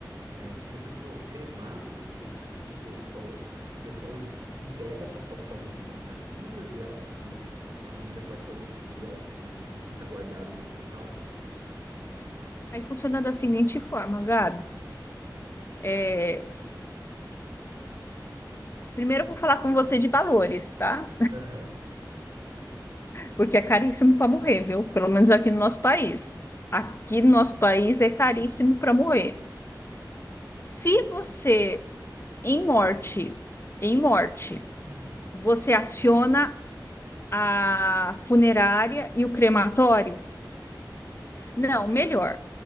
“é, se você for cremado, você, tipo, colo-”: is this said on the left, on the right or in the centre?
Right